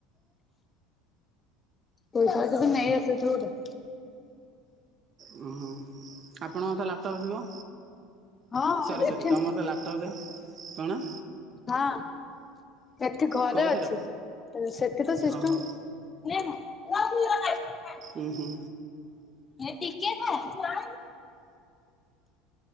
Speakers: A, on the left (about 25°); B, on the right (about 40°).
A: ପଇସା ରଖିଛୁ ନେଇଆସିଥିବୁ ଗୋଟେ।
B: ହୁଁ ହୁଁ ଆପଣଙ୍କର ତ ଲାପଟପ୍ ଥିବ?
A: ହଁ
B: ସରି ସରି
A: ଏଠି
B: ତମର ତ ଲାପଟପ୍ ଥିବ କଣ?
A: ହଁ ଏଠି ଘରେ
B: କେଉଁଥିର
A: ଅଛି ସେଠି ତ ସିଷ୍ଟମ
B: ଓହୋ
A: <unintelligible>
B: ଉ ହୁ।
A: ଏ ଟିକେ ଖା